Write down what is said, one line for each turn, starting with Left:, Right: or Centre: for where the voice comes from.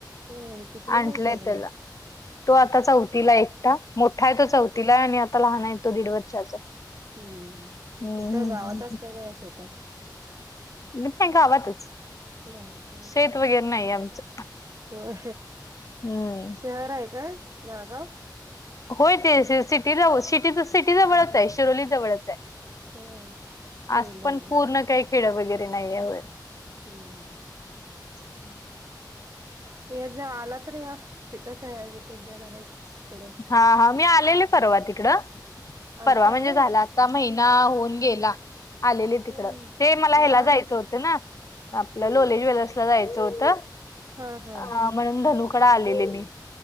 Right: होय कितवीला
Left: आणलंय
Right: आहे शाळेला
Left: त्याला तो आता चौथीला एकटा मोठा आहे तो चौथीला आहे आणि आता लहान आहे तो दीड वर्षाचा आहे.
Right: हम्
Left: हम्म
Right: कुठे गावात असतय का या शेतात.
Left: मी नाही गावातच
Right: ह का.
Left: शेत वगैरे नाही आमचं
Right: होय
Left: हम्म
Right: शहर आहे काय नागाव
Left: होय ते सिटीऊ स सिटीजवळच आहे शिरोली जवळच आहे.
Right: होय शिरलोली
Left: असं पण पूर्ण काही खेड वगैरे नाही आहेव
Right: हम् हम्. या ज आला तर या तिथंच आहे आम्ही त्याच्या घर पुढे
Left: हा हा मी आलेले परवा तिकड
Right: आलता
Left: परवा म्हणजे
Right: होय
Left: झाला. ता महिना होऊन गेला आलेले तिकडं
Right: होय
Left: ते मला
Right: होय
Left: ह्याला जायचं
Right: आम्ही
Left: होतं ना. आपलं लोहे ज्वेलर्सला जायचं होतं
Right: हा हा
Left: अ म्हणून धनुकड आलेले मी